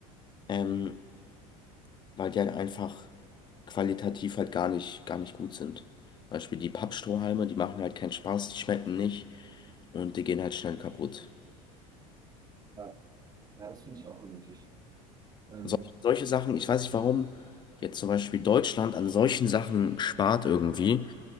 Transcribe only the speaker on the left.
ähm, weil die halt einfach qualitativ halt gar nicht, gar nicht gut sind. Zum Beispiel die Pappstrohhalme, die machen halt keinen Spaß, die schmecken nicht und die gehen halt schnell kaputt.
Sol solche Sachen, ich weiß nicht warum jetzt zum Beispiel Deutschland an solchen Sachen spart irgendwie.